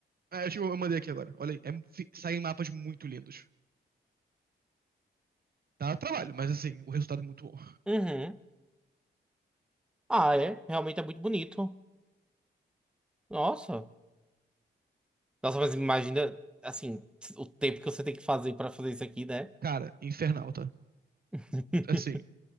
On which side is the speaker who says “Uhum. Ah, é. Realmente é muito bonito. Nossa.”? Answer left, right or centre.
Centre